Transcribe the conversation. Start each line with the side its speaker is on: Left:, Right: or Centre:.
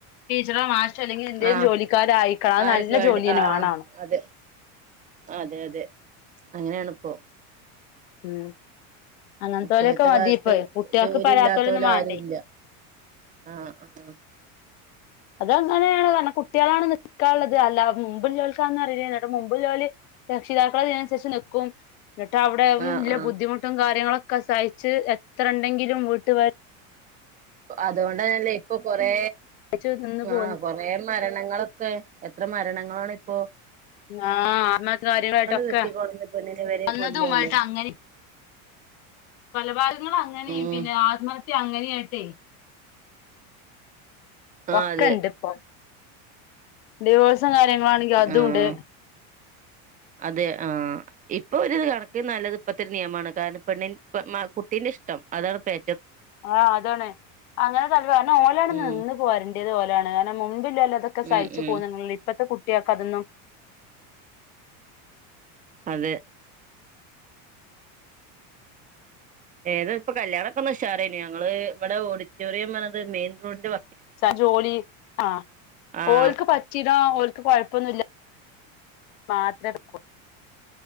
Left: ടീച്ചറാക്കരം <inaudible> അല്ലെങ്കിൽ എന്തേയ്‌ലും
Right: ആഹ്
Left: ജോലിക്കാരായിക്കണം. അത്
Right: ആ ഒരു
Left: നല്ല
Right: ഫീൽഡ്
Left: ജോലിയന്നേ
Right: ആഹ്
Left: വേണാണോ
Right: അതെ അതെ അതെ അങ്ങനേണ്പ്പൊ
Left: ഉം അങ്ങനത്തോലൊക്കെ
Right: ഇപ്പോഴത്തെ
Left: മതി
Right: കാലത്ത്
Left: ഇപ്പ കുട്ടികൾക്ക്
Right: ജോലി
Left: ഇപ്പ അല്ലാത്തോലൊന്നും
Right: ഇല്ലാത്തോലാരൂല്ല
Left: വേണ്ടേ
Right: ആഹ് ആഹ്
Left: അതങ്ങനേണ് കാരണം കുട്ടികളാണ് നിക്കാള്ളത് അല്ല മുമ്പ് ല്ലോര്ക്ക്‌ അതൊന്നും അറീല്ലല്ലോ ന്ന്ട്ട് മുമ്പ് ല്ലോര് രക്ഷിതാക്കൾ അതിനു അനുസരിച്ചു നിൽക്കും. എന്നിട്ട് വും അവ്ടെല്ല
Right: ആഹ് ആഹ്
Left: ബുദ്ധിമുട്ടും കാര്യങ്ങളൊക്കെ- ഒക്കെ സഹിച്ച് എത്രണ്ടെങ്കിലും വീട്ട് വേല -
Right: അതോണ്ടന്നല്ലേ ഇപ്പൊ കൊറേ
Left: സഹിച്ച് നിന്ന്
Right: ഊം
Left: പോന്ന്
Right: ആഹ് കൊറേ മരണങ്ങളൊക്കെ എത്ര മരണങ്ങളാണ് ഓ
Left: ആഹ് ആത്മഹത്യാ കാര്യങ്ങളായിട്ടൊക്കെ
Right: കെട്ടിക്കൊടന്ന് പെണ്ണിനെ വരെ
Left: കൊന്നതായിട്ടങ്ങനീം
Right: കൊല്ലല്ലേ
Left: കൊലപാതകങ്ങള് അങ്ങനേം
Right: ഉം
Left: പിന്നെ ആത്മ- അങ്ങന്നായിട്ടയ്-
Right: ആഹ്
Left: ഒക്കെണ്ട്പ്പൊ
Right: അതെ
Left: ഡിവോഴ്‌- കാര്യങ്ങളാണെങ്കി അതൂണ്ട്
Right: ആഹ് അതെ ആഹ് ഇപ്പൊ ഒര്കണക്കിന് നല്ലത് ഇപ്പത്തോരു നിയമമാണ് കാരണം പെണ്ണി കുട്ടീന്റെ ഇഷ്ടം അതാണ് പ-
Left: ആഹ് അതാണ് അങ്ങനെ കാലംവരണം കാരണം ഓലാണ്
Right: ഉം
Left: നിന്ന് പോരൺണ്ടത് ഇത് പോലേണ് കാരണം ഹും ല്ലല്ലോ തൊക്കെ
Right: ഉം
Left: സഹിച്ചു
Right: ഉം
Left: പോകുന്നത് ഇപ്പത്തെ കു കുട്ട്യാക്കതൊന്നും-
Right: അതെ ഏത് ഇപ്പ കല്യാണോക്കൊന്ന് ഉഷാറായീണ് ഞങ്ങള് വടെ ഓഡിറ്റോറിയം വന്നത് മെയിൻ റോഡിന്-
Left: ച്ച ജോലി ആഹ്
Right: ആഹ്
Left: ഓല്ക്ക് പറ്റിതാ ഓല്ക്ക് കൊഴപ്പൊന്നൂല മാത്രട്ക്കും